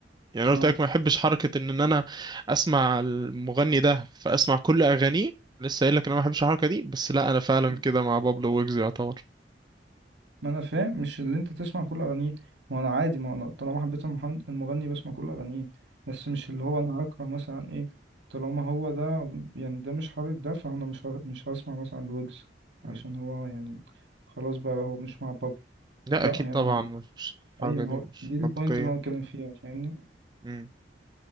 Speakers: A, on the right (about 25°); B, on the right (about 80°).
A: يعني أنا
B: اه
A: قلت لك ما بحبش حركه ان ان انا اسمع المغني ده فاسمع كل اغانيه لسه قايل لك انا ما بحبش الحركه دي بس لا انا فعلا
B: مم.
A: كده مع بابلو ويجز يعتبر
B: ما انا فاهم مش اللي انت تسمع كل اغانيه ما انا عادي ما انا طالما حبيت المحن- المغني بسمع كل اغانيه بس مش اللي هو انا هكره مثلا ايه طالما هو ده يعني ده مش حابب ده فانا مش ه- مش هسمع مثلا لويجز
A: مم.
B: عشان هو يعني خلاص بقى هو مش مع بابلو
A: لا
B: لا
A: اكيد
B: هي
A: طبعا
B: مال
A: مش الحركه
B: اي ما
A: دي
B: هو
A: مش
B: دي البوينت
A: منطقيه
B: اللي انا بتكلم فيها فاهمني
A: مم.